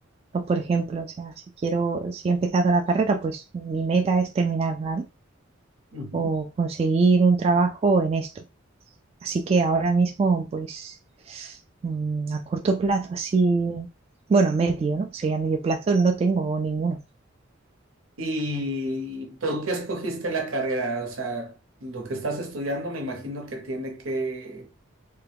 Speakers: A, on the right (about 30°); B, on the right (about 85°).
A: O, por ejemplo, o sea, si quiero, si he empezado la carrera, pues mi meta es terminarla, ¿no?
B: Ujú.
A: O conseguir un trabajo en esto. Así que ahora mismo, pues, mm, a corto plazo, así, bueno, medio, ¿no? Sería medio plazo, no tengo ninguno.
B: ¿Y por qué escogiste la carrera? O sea, lo que estás estudiando me imagino que tiene que,